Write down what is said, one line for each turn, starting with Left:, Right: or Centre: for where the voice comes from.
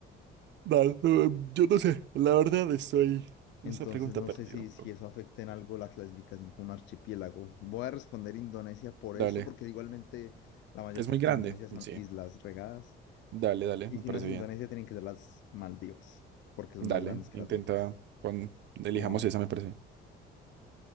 Right: Nah, no, yo no sé, la verdad estoy en
Left: Entonces
Right: esa pregunta
Left: no
Right: perdido.
Left: sé si, si
Right: pero-
Left: eso afecta en algo la clasificación como un archipiélago. Voy a responder Indonesia por
Right: Dale.
Left: esto, porque igualmente la mayor
Right: ¿Es
Left: parte
Right: muy grande?
Left: de Indonesia son
Right: Sí.
Left: islas regadas.
Right: Dale, dale,
Left: Y
Right: me
Left: si
Right: parece
Left: no es Indonesia,
Right: bien.
Left: tienen que ser las Maldivas, porque son
Right: Dale,
Left: más grandes que
Right: intenta
Left: las Malvinas.
Right: pon, elijamos
Left: Vamos a ver.
Right: esa, me parece.